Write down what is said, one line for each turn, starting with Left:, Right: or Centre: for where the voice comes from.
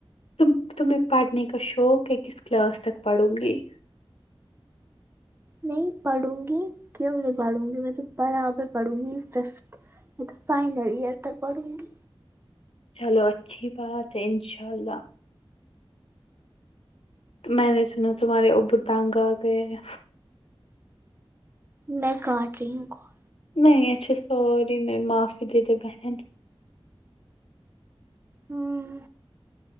Left: تم تمہیں پڑھنے کا شوق ہے کس کلاس تک پڑھوں گی
Right: نہیں پڑھوں گی کیوں نہیں پڑھوں گی میں تو برابر پڑھوں گی ففتھ میں تو فائنل ایئر تر پڑھوں گی
Left: چلو اچھی بات ہے انشاء اللہ میں نے سنا تمہارے ا بو تنگ آگئے ہے
Right: میں کاٹ رہی ہوں کال
Left: نہیں اچھا سوری معافی دے دے بہن
Right: ہممم